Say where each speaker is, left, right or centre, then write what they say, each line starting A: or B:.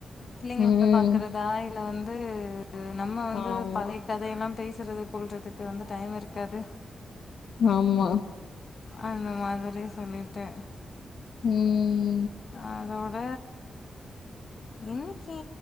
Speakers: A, on the left; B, on the left.
A: பிள்ளைங்கல
B: ம்
A: பாக்கறது தா இல்ல வந்து நம்ம வந்து
B: ஆமா
A: பழைய கதையெல்லா பேஸ் றதுக்கொள்றதுக் வந்து டைம் இருக்காது
B: ஆம்மா
A: அந்த மாதிரி சொல்லிட்டு
B: ம்
A: அதோட இன் இன்னகி